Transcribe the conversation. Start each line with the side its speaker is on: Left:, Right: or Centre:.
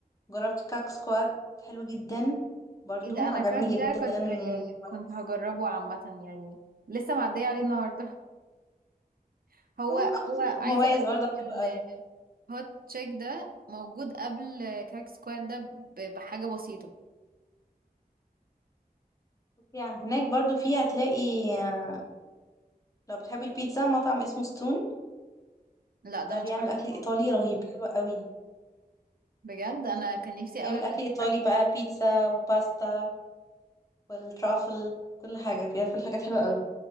Left: جربت كاك سكوات حلو جدا برضو
Right: ايه ده انا
Left: عجبني
Right: كراك ده
Left: جدا
Right: كنت
Left: مميز
Right: كنت هجربه عامة يعني لسه معدية عليه النهاردة <laughs> هو
Left: حلو. <laughs>
Right: هو عايزة
Left: مميز
Right: اقولك
Left: برضو حلو
Right: ان
Left: قوي
Right: هوت تشيك ده موجود قبل كراك سكواد ده ب- بحاجة بسيطة
Left: يعني هناك برضو فيه هتلاقي آه، لو بتحبي البيتزا مطعم اسمه ستون
Right: لا
Left: ده
Right: ده
Left: بيعمل
Right: مش عارفة
Left: اكل ايطالي
Right: خالص
Left: رهيب حلو قوي
Right: بجد انا كان نفسي
Left: يعمل
Right: قوي اجرب
Left: اكل ايطالي
Right: اكل
Left: بقى بيتزا وباستا والترافل كل حاجه بيعمل حاجات حلوه قوي